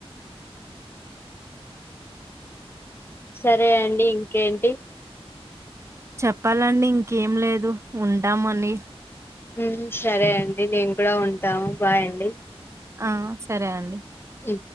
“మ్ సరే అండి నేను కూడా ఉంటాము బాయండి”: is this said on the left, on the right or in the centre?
Left